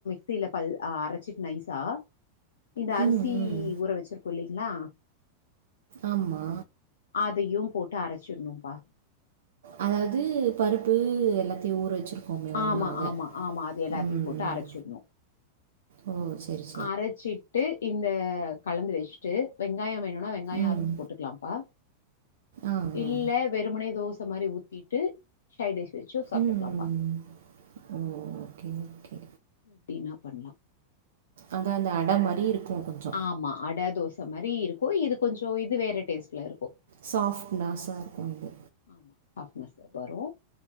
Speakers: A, on the left (about 65°); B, on the right (about 60°).
A: ஸில பல் ஆ அரச்சிட் நைஸா இந்த அரிசி
B: ம் ம்
A: ஊற வச்சிருக்கோ இல்லைங்ளா
B: ஆமா
A: அதயு போட்டு அரச்சிர்னுப்பா
B: அதாவ்து பருப்பு எல்லாத்தியு ஊற வச்சிரு க்கோமே ஒன்னாக
A: ஆமா ஆமா ஆமா அது எல்லாத்தையு
B: ம்
A: போட்டு
B: ம்
A: அரச்சிட்ணு
B: ஓ சேரி சே
A: அரச்சிட்டு இந்த கலந்து வச் ட்டு வெங்காயோ வேணுனா வெங்காயோ
B: ம்
A: அறுத்து போட்டுக்லாம்ப்பா
B: ஆ ஆ
A: இல்ல வெறுமனே தோச மாறி ஊத்திட்டு சைடிஸ் வெச்சு சாப்ட்டுக்லாம்ப்பா
B: ம் ம் ம். ஓ ஓகே ஓகே
A: எப்டினா பண்லா
B: அதா அந்த அட மாரி இருக்கு கொஞ்சொ
A: ஆமா அட தோச மாரி இருக்கு இது கொஞ்சோ இது வேற டேஸ்ட்லருக்கு
B: ஸாஃப்ட்னாஸா இருக்கு இது
A: ஆமா ஸாஃப்ட்னெஸ்ஸு வரு